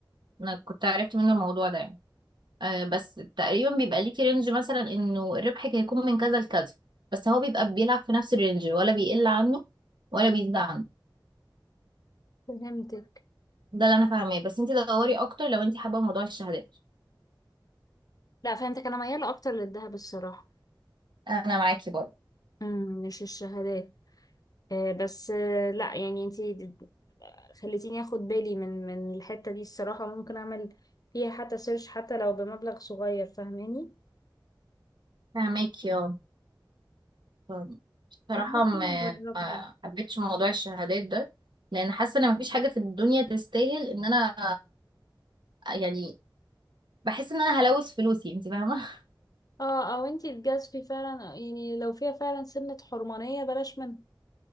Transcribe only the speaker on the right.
انا كنت عرفت منه الموضوع ده يعني. آه، بس تقريبا بيبقى ليكي رينج مثلا انه ربحك هيكون من كذا لكذا بس هو بيبقى بيلعب في نفس الرينج ولا بيقل عنه ولا بيزيد عنه
ده اللي انا فاهماه بس انت دوري اكتر لو انت حابه موضوع الشهادات
انا معاكي برضه
فاهماكي اه فاهمة. بصراحه
ما
ما حبيتش موضوع الشهادات ده لان حاسه ان مفيش حاجه في الدنيا تستاهل ان انا يعني بحس ان انا هلوث فلوسي انت فاهمه <laughs>